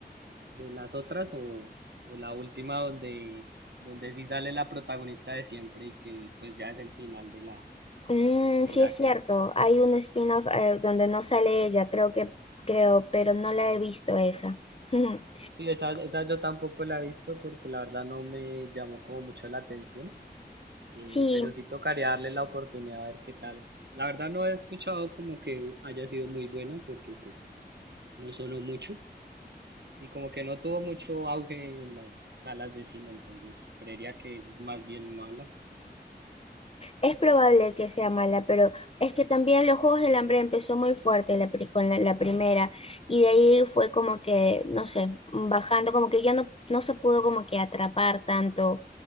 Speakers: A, on the right; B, on the left.
A: de las otras o, o la última donde, donde sí sale la protagonista de siempre y que pues ya es el final de la,
B: mm,
A: de
B: sí
A: la
B: es
A: serie.
B: cierto, hay un spin-off eh, donde no sale ella, creo que, creo, pero no la he visto esa. <laughs>
A: Sí, esa, esa yo tampoco la he visto porque la verdad no me llamó como mucho la atención. Eh,
B: Sí,
A: pero sí tocaría darle la oportunidad a ver qué tal. La verdad no he escuchado como que haya sido muy bueno porque pues no sonó mucho y como que no tuvo mucho auge en las salas de cine, entonces creería que es más bien mala.
B: Es probable que sea mala, pero es que también los Juegos del Hambre empezó muy fuerte la pri- con la, la primera y de ahí fue como que, no sé, bajando, como que ya no, no se pudo como que atrapar tanto